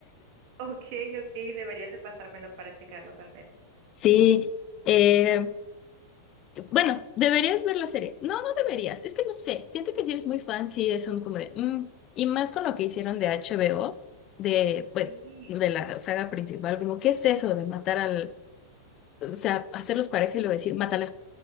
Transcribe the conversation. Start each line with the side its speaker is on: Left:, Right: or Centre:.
Right: Ok, ok, deberías de pasármelo para checarlo también.
Left: Sí, eh, bueno, deberías ver la serie. No, no deberías, es que no sé, siento que si eres muy fan, sí es un como de, mm, y más con lo que hicieron de HBO, de, pues
Right: Sí.
Left: de la saga principal, como, ¿qué es eso de matar al o sea, hacerlos pareja y luego decir, mátala.